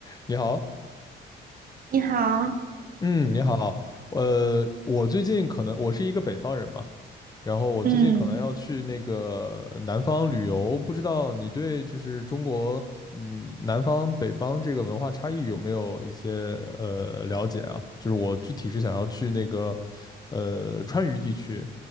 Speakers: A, on the left (about 20°); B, on the right (about 45°).
A: 你好，
B: 你好，
A: 嗯，你好，呃，我最近可能我是一个北方人嘛，然后我最近可能要去那个南方旅游，
B: 嗯，
A: 不知道你对就是中国，嗯，南方北方这个文化差异有没有一些呃了解啊？就是我具体是想要去那个，呃，川渝地区，